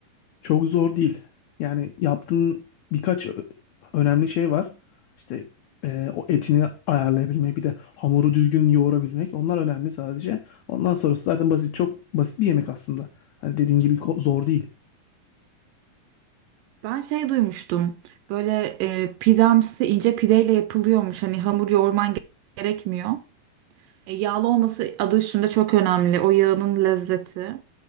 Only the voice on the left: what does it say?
Çok zor değil. Yani yaptığın birkaç ö- önemli şey var. İşte e, o etini ayarlayabilmek, bir de hamuru düzgün yoğurabilmek. Onlar önemli sadece. Ondan sonrası zaten basit, çok basit bir yemek aslında. Hani dediğin gibi ko- zor değil.